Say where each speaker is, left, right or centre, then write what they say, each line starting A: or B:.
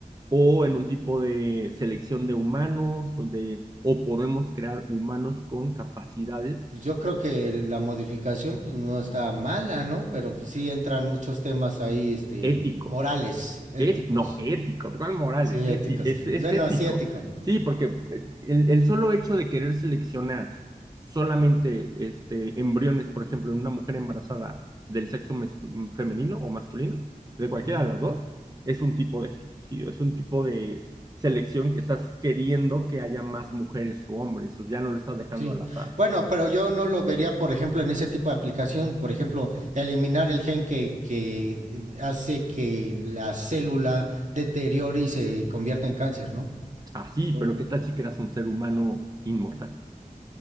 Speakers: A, on the right (about 25°); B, on the right (about 55°).
A: o en un tipo de selección de humanos o, de, o podemos crear humanos con capacidades
B: Pues yo creo que la modificación, pues, no está mala, ¿no? Pero, pues, sí entran muchos temas ahí, este,
A: éticos
B: morales, éticos.
A: Et- no, ético, ¿cuál Morales?
B: Sí, éticos.
A: Eti- es,
B: Bueno,
A: es ético.
B: sí, éticos.
A: Sí, porque eh, el, el solo hecho de querer seleccionar solamente este, embriones, por ejemplo, en una mujer embarazada del sexo mes- mm, femenino o masculino, de cualquiera
B: Ujú,
A: de las dos, es un tipo de genocidio, es un tipo de selección que estás queriendo que haya más mujeres o hombres, ya no lo estás dejando
B: sí.
A: al azar.
B: Bueno, pero yo no lo vería, por ejemplo, en ese tipo de aplicación. Por ejemplo, eliminar el gen que, que hace que la célula deteriore y se convierta en cáncer, ¿no?
A: Ah, sí,
B: Bueno,
A: pero ¿qué tal si creas un ser humano inmortal?